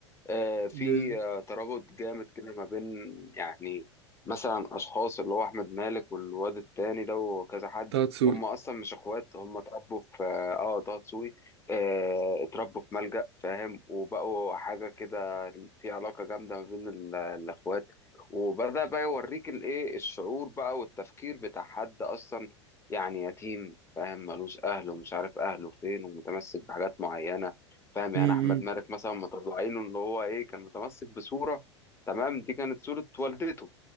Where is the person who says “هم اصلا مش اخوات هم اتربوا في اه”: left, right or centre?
Left